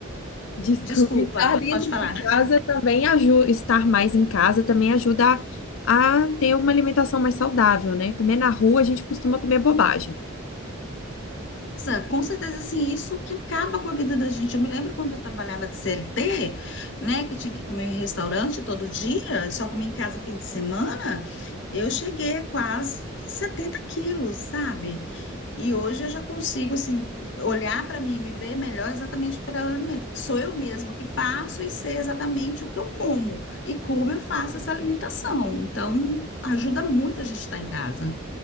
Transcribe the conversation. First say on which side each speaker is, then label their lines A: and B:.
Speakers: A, on the left; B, on the left.
A: <laughs> desculpe,
B: Desculpa,
A: estar dentro
B: pode falar.
A: de casa também ajuda, estar mais em casa também ajuda a, a ter uma alimentação mais saudável, né? Comer na rua, a gente costuma comer bobagem.
B: Nossa, Com certeza, assim, isso que acaba com a vida da gente. Eu me lembro quando eu trabalhava de CLT, né, que tinha que comer em restaurante todo dia, só comia em casa fim de semana, eu cheguei a quase 70 quilos, sabe? E hoje eu já consigo assim olhar para mim e me ver melhor exatamente pelo alimento, que sou eu mesma que faço e sei exatamente o que eu como e como eu faço essa alimentação. Então, ajuda muito a gente estar em casa.